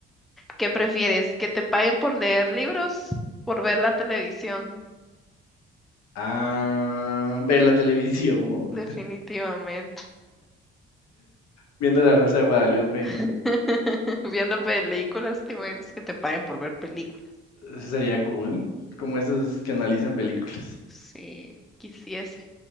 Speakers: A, in the centre; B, on the left (about 60°).
A: ¿Qué prefieres? ¿Que te paguen por leer libros? ¿Por ver la televisión?
B: Ah, ver la televisión, o
A: Definitivamente.
B: viendo La Rosa de Guadalupe.
A: <laughs> Viendo películas, te imaginas que te paguen por ver películas.
B: Eso sería cool. Como esos que analizan películas.
A: Sí, quisiese,